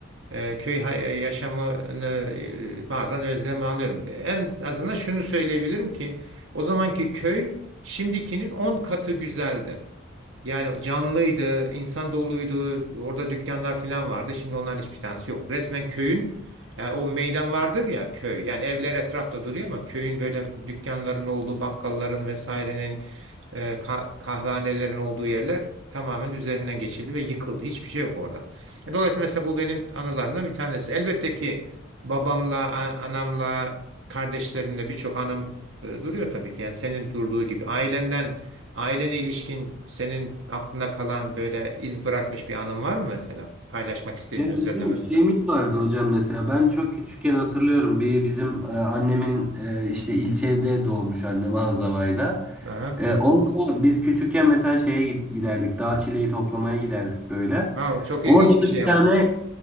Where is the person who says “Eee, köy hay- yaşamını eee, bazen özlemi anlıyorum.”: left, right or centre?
Right